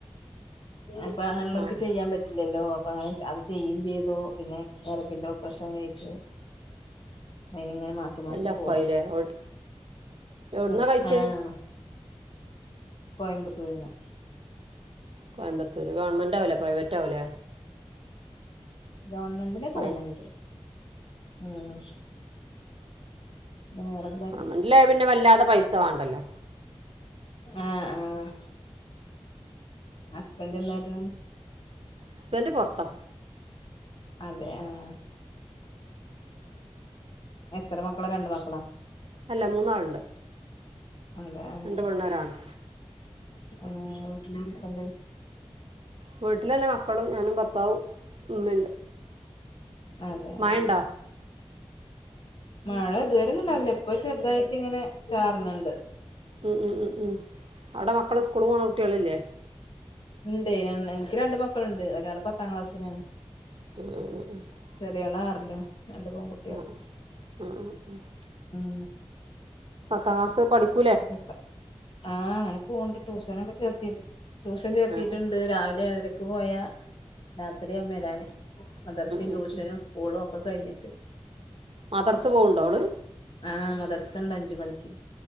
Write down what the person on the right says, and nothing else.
ആഹ്
എല്ലാം ഒപ്പായില്ലേ
എവ് എവിടുന്നാ
കഴിച്ചേ
കോയമ്പത്തൂർ ഗവൺമെന്റവല്ലേ പ്രൈവറ്റ് ആവൂലേ
പൈ
ഗവൺമെന്റലായ പിന്നെ വല്ലാത പൈസ വേണ്ടല്ലോ
ഹസബന്റ് പൊറത്താ
അല്ല മൂന്നാളുണ്ട്
രണ്ട് പെണ്ണൊരാണും
വീട്ടില് ൻ്റെ മക്കളും ഞാനും ഭർത്താവും ഉമ്മിണ്ട്.
മഴണ്ടോ?
ഉം ഉം ഉം അവിടെ മക്കൾ സ്കൂൾ പോക്ണ കുട്ടികളില്ലേ?
<unintelligible>
<unintelligible>
പത്താം ക്ലാസ് പഠിക്ക
ആ ഉം
ഉം
ഉം
മദർസ് പോവുണ്ടോ ഓള്?